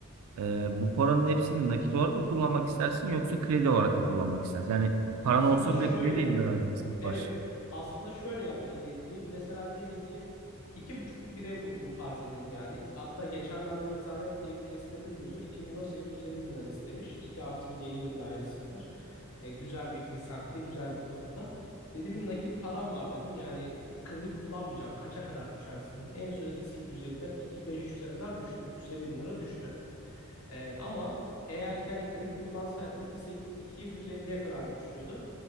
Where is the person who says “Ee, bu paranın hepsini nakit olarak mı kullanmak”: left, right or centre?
Right